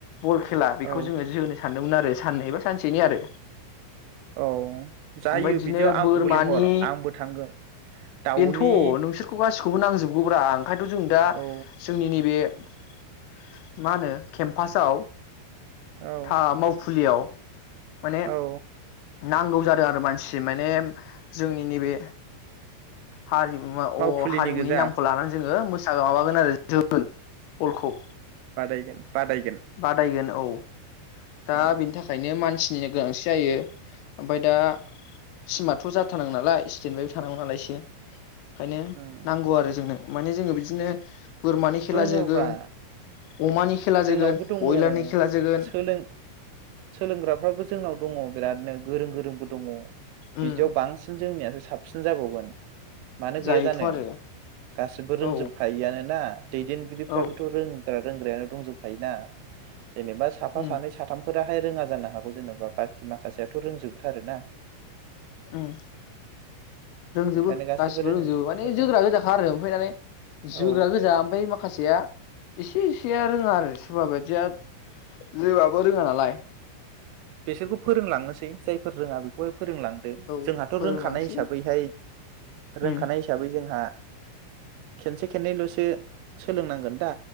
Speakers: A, on the left; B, on the right.
A: बल खेला बेखौ
B: औ
A: जोङो जोनो सानदोंमोन आरो साननै बा सानसेनि आरो
B: औ जायो
A: ओमफ्राय इदिनो
B: बिदियाव आंखौबो
A: बोरमानि
B: लिंहर आंबो थांगोन दाउनि
A: बेनोथ' नोंसोरखौबा सोर खौबो नांजोबगौ ब्रा ओंखार जों दा
B: औ
A: जोंनि नैबे मा होनो केम्पासयाव
B: औ
A: था मावफुलियाव माने
B: औ
A: नांगौ जादों आरो मानसि माने जोंनि नैबे हारिमुवाउ
B: मावखुलिनि
A: अ हारिमुनि
B: गोजा
A: नामखौ लानानै जोङो मो सा माबागोन आरो जोगोन बलखौ।
B: बादायगोन बादायगोन।
A: बादायगोन औ दा
B: औ
A: बिनि थाखायनो मानसि निनो गोनांथि जायो। ओमफ्राय दा टिमाथ' जाथारनांगौ नालाय सिटेन बायबो थानांगौ नालाय एसे ओंखायनो
B: उम
A: नांगौ आरो जोंनो माने जोङो बि दिनो बोरमानि खेला
B: दङब्रा
A: जोगोन अमानि खेला जोगोन
B: जोंनावबो दङ
A: बयलारनि खेला जोगोन
B: सोलों सोलोंग्राफ्राबो जोंनाव दङ' बिरादनो गोरों गोरोंबो दङ। बिदियाव
A: उम
B: बांसिन जोंनियासो साबसिन जाबावगोन। मानो गैया
A: जायोथ'
B: जानो
A: आरो
B: गासिबो रोंजोबखायो
A: औ
B: आनो ना दैदेनगिरिफ्राबोथ'
A: औ
B: रों बारा रोंग्रायानो दंजोबखायोना। जेनेबा साफा
A: उम
B: सानै साथामफोरा बाहाय रोङा जानो हागौ जेन'बा बाखि माखासेयाथ' रोंजोबथारो ना।
A: उम रोंजोबो
B: ओंखायनो गासैबो
A: गासिबो
B: रों
A: रोंजोबो माने
B: रों
A: जोग्रा गोजाखा आरो ओमफ्राय माने जोग्रा
B: औ
A: गोजा ओमफ्राय माखासेया एसे सेया रोङा आरो सोरबा बायदिया जोबाबो रोङा नालाय।
B: बिसोरखौ फोरोंलांनोसै जायफोर रोङा बेखौहाय फोरोंलांदो
A: औ
B: जोंहाथ'
A: फोरोंलांसै
B: रोंखानाय हिसाबैहाय रोंखानाय
A: उम
B: हिसाबै जोंहा खेनसे खननैल'सो सोलोंनांगोन दा